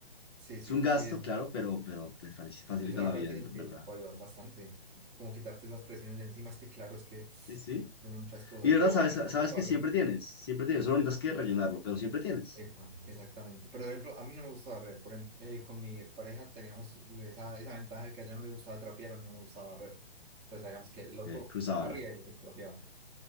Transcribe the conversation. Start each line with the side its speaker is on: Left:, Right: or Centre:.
Right: sí, sí,
Left: Es un gasto,
Right: sí, es
Left: claro, pero, pero te fa- facilita
Right: Es una
Left: la
Right: práctica
Left: vida, en verdad.
Right: que, que puede ayudar bastante, como quitarte esas presiones de encima, es que claro, es que
Left: Sí, sí.
Right: hay muchas cosas.
Left: Y de
Right: Digamos,
Left: verdad, sabes,
Right: a mí no
Left: sabes
Right: me gusta
Left: que
Right: barrer.
Left: siempre tienes, siempre tienes, solo necesitas que rellenarlo, pero siempre tienes.
Right: Epa, exactamente. Pero, por ejemplo, a mí no me gusta barrer. Por ejemplo, eh, con mi expareja teníamos esa, esa ventaja de que a ella no le gustaba trapear, a mí no me gustaba barrer. Entonces, sabíamos que el otro
Left: Ok, cruzaban.
Right: barría y el otro trapeaba.